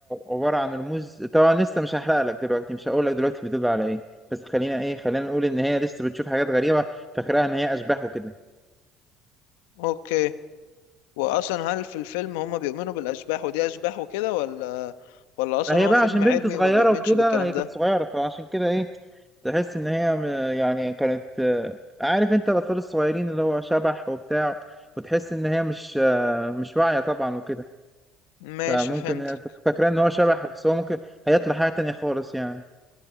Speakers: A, in the centre; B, on the left.
A: عبارة عن رموز طبعا لسه مش هحرق لك دلوقتي مش هقول لك دلوقتي بيدل على ايه بس خلينا ايه خلينا نقول ان هي لسه بتشوف حاجات غريبة فاكراها ان هي اشباح وكده
B: اوكي وأصلا هل في الفيلم هما بيؤمنوا بالأشباح ودي أشباح وكده ولا ولا أصلا
A: فهي
B: هو
A: بقى
B: فيلم
A: عشان
B: علمي
A: بنت صغيرة
B: وما بيؤمنش
A: وكده
B: بالكلام
A: هي
B: ده
A: كانت صغيرة فعشان كده ايه تحس ان هي م- يعني كانت آه، عارف انت الاطفال الصغيرين اللي هو شبح وبتاع وتحس ان هي مش آه، مش واعيه طبعا وكده
B: ماشي
A: فممكن
B: فهمتك
A: هي فك- فاكره ان هو شبح بس هو ممكن هيطلع حاجه تانية خالص يعني